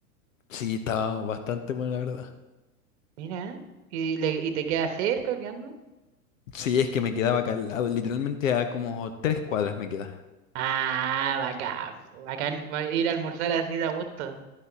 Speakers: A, on the left (about 60°); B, on the right (about 50°).
A: Sí, estaba bastante bueno, la verdad.
B: Mira. ¿Y, le- y te queda cerca? o ¿Qué onda?
A: Sí, es que me quedaba acá al lado, literalmente a como tres cuadras me queda.
B: Ah, bacán. po, Bacán va a ir a almorzar así de a gusto.